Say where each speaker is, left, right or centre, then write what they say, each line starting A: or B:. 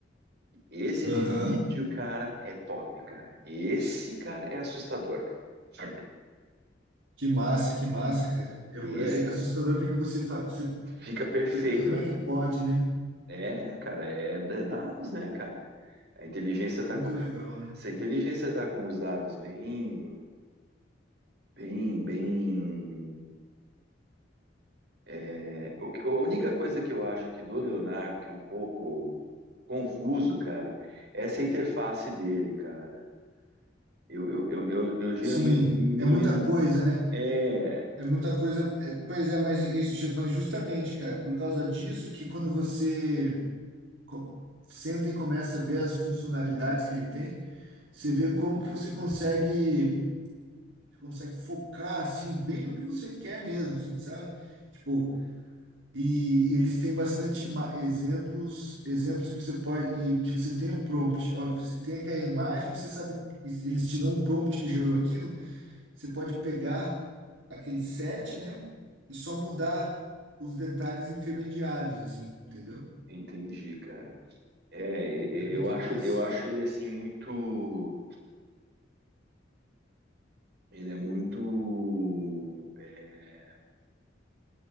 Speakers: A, on the right (about 60°); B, on the right (about 85°).
A: Esse de
B: Aham.
A: vídeo, cara, é top, cara. Esse, cara, é assustador, cara.
B: Que massa, que massa, cara. Eu,
A: Esse
B: é assustador porque você faz. Você
A: Fica perfeito.
B: tem- como é que pode, né?
A: É, cara, é d- dados, né, cara? A inteligência tá
B: Muito
A: com,
B: legal, né?
A: se a inteligência tá com os dados bem, bem, bem. é, o que- a única coisa que eu acho que do Leonardo, que é um pouco confuso, cara, é essa interface dele, cara. Eu, eu, eu, eu, eu geralmente
B: Sim,
A: me,
B: é
A: me-
B: muita coisa, né?
A: é,
B: É muita coisa. é- pois é, mas, isso, ju- mas justamente, cara, por causa disso que quando você co- senta e começa a ver as funcionalidades que ele tem, você
A: Uhum,
B: vê como que você consegue, você consegue focar assim bem no que você quer mesmo, assim, sabe? Tipo, e, e eles têm bastante ima- exemplos, exemplos que você pode e que você tem o prompt. Olha, você tem aquela imagem, você sabe, e eles te dão um prompt que gerou aquilo. Você pode pegar aquele set, né? E só mudar os detalhes intermediários, assim, entendeu?
A: entendi, cara. É, e-
B: É muito
A: e- eu acho,
B: massa.
A: eu acho ele assim muito Ele é muito. é,